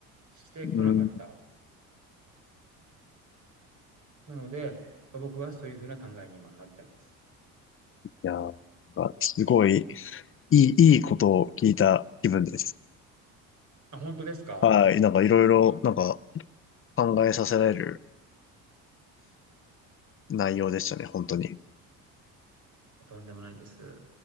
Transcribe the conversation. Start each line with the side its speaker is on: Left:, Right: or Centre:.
Right: してこなかった。
Left: うん。い
Right: なので、僕はそういうふうな考えに今なってます。
Left: やー、なんかすごい、いい、いいことを聞いた気分です。
Right: あ、本当ですか
Left: はい。なんかいろいろ、なんか考えさせられる内容でしたね、本当に。
Right: とんでもないです。は